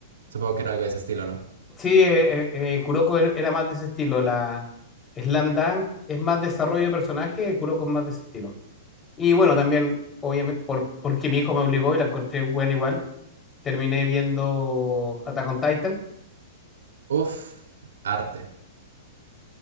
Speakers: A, on the right; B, on the left.
A: Supongo que era algo de ese estilo, ¿no?
B: Sí, eh, eh, eh, Kuroko e- era más de ese estilo. La Slam Dunk es más desarrollo de personaje, Kuroko es más de ese estilo. Y bueno, también, obviamente, por, porque mi hijo me obligó y la encontré buena igual, terminé viendo Attack on Titan.
A: Uf, arte.